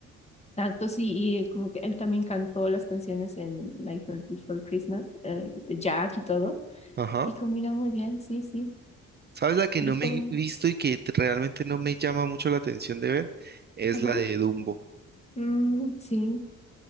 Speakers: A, on the left; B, on the right.
A: exacto, sí, y eh, como que él también cantó las canciones en Nightmare Before Christmas, eh, de Jack y todo,
B: Ajá.
A: y combina muy bien, sí, sí,
B: ¿Sabes la que
A: vi
B: no
A: como,
B: me he visto y que t- realmente no me llama mucho la atención de ver? Es
A: ajá,
B: la de Dumbo.
A: mm, sí.